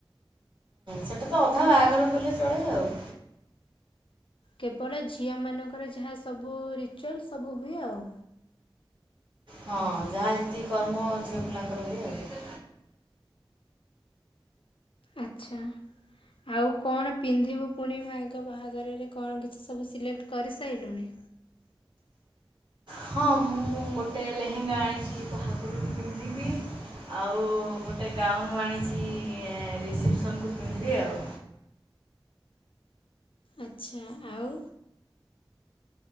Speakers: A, on the right; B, on the left.
A: ସେଟା ତ ଅଧା ବାହାଘର କହିଲେ ଚଳେ ଆଉ।
B: କେବଳ ଝିଅମାନଙ୍କର ଯାହା ସବୁ ରିଚୁଆଲ୍ ସବୁ ହୁଏ ଆଉ।
A: ହଁ, ଯାହା ଯେତିକି କର୍ମ ଝିଅ ପିଲାଙ୍କର ହୁଏ ଆଉ।
B: ଆଚ୍ଛା। ଆଉ କଣ ପିନ୍ଧିବୁ ପୁଣି ଭାଇଙ୍କ ବାହାଘରରେ, କଣ କିଛି ସବୁ ସିଲେକ୍ଟ କରିସାରିଲୁଣି?
A: ହଁ, ମୁଁ ଗୋଟେ ଲେହେଙ୍ଗା ଆଣିଛି ବାହାଘରୁ ପିନ୍ଧିବି। ଆଉ ଗୋଟେ ଗାଉନ୍ ଆଣିଛି, ରିସେପସନ୍ କୁ ପିନ୍ଧିବି ଆଉ।
B: ଆଚ୍ଛା ଆଉ।